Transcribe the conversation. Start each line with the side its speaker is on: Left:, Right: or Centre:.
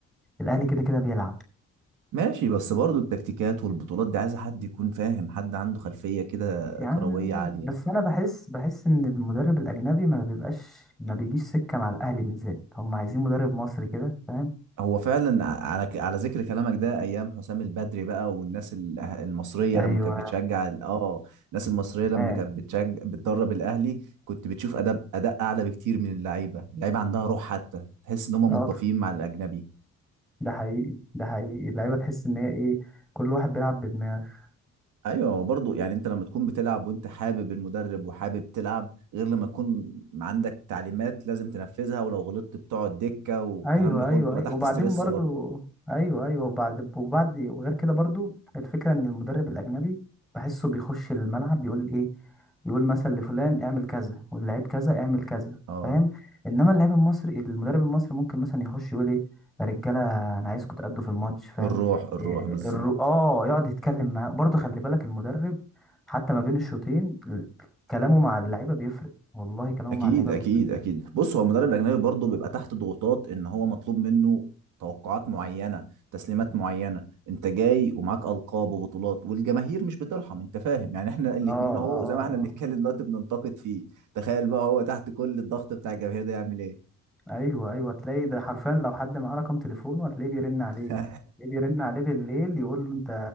Centre: الاهلي كده كده بيلعب
Right: ماشي بس برضه التكتيكات والبطولات دي عايزه حد يكون فاهم حد عنده خلفيه كده
Centre: يا عم
Right: كرويه
Centre: ماشي.
Right: عاليه
Centre: بس انا بحس بحس ان المدرب الاجنبي ما بيبقاش ما بيجيش سكه مع الاهلي بالذات هم عايزين مدرب مصري كده فاهم
Right: هو فعلا ع- على ك- على ذكر كلامك ده ايام حسام البدري بقى والناس ال- أه، المصريه
Centre: ايوه
Right: لما كانت بتشجع ال- اه الناس المصريه
Centre: ما
Right: لما كانت بتشجع بتدرب الاهلي كنت بتشوف اداء اداء اعلى بكتير من اللعيبه اللعيبه عندها روح حتى تحس ان هم
Centre: اه
Right: منطفيين مع الاجنبي
Centre: ده حقيقي ده حقيقي اللعيبه تحس ان هي ايه كل واحد بيلعب بدماغه
Right: ايوه برضو يعني انت لما تكون بتلعب وانت حابب المدرب وحابب تلعب غير لما تكون عندك تعليمات لازم تنفذها ولو غلطت بتقعد دكه والكلام
Centre: ايوه
Right: ده كله
Centre: ايوه
Right: بتبقى
Centre: ايوه
Right: تحت
Centre: وبعدين
Right: ستريس
Centre: برضو
Right: برضو
Centre: ايوه ايوه وبعد وبعد وغير كده برضو الفكره ان المدرب الاجنبي بحسه بيخش الملعب بيقول ايه يقول مثلا لفلان اعمل كذا واللعيب كذا اعمل كذا
Right: اه
Centre: فاهم انما اللاعب المصري المدرب المصري ممكن مثلا يخش يقول ايه يا رجاله انا عايزكم تأدوا في الماتش فاهم
Right: الروح الروح
Centre: إيه
Right: بالظبط
Centre: الر... اه يقعد يتكلم معاه برضو خلي بالك المدرب حتى ما بين الشوطين ال- كلامه مع اللعيبه بيفرق والله كلامه
Right: اكيد
Centre: مع اللعيبه
Right: اكيد
Centre: بيفرق
Right: اكيد بص هو المدرب الاجنبي برضه بيبقى تحت ضغوطات ان هو مطلوب منه توقعات معينه تسليمات معينه انت جاي ومعاك القاب وبطولات والجماهير مش بترحم انت فاهم يعني احنا الاتنين
Centre: اه اه
Right: اهو زي ما احنا
Centre: اه
Right: بنتكلم دلوقتي بننتقد فيه تخيل بقى هو تحت كل الضغط بتاع الجماهير ده يعمل ايه
Centre: ايوه ايوه تلاقي ده حرفيا لو حد معاه رقم تليفونه هتلاقيه بيرن عليه
Right: <laughs>
Centre: تلاقيه بيرن عليه بالليل يقول له انت